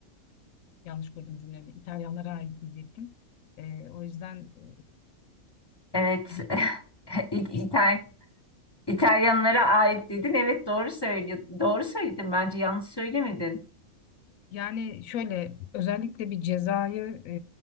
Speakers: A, on the left; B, on the left.
A: Yanlış kurdum cümlemi. İtalyanlara ait diyecektim. Ee, o yüzden e,
B: Evet.
A: bir,
B: <laughs> İ- İtal
A: biz-
B: İtalyanlara ait dedin. Evet doğru söylüyorsun. Doğru söyledin bence. Yanlış söylemedin.
A: yani şöyle özellikle bir cezayı e,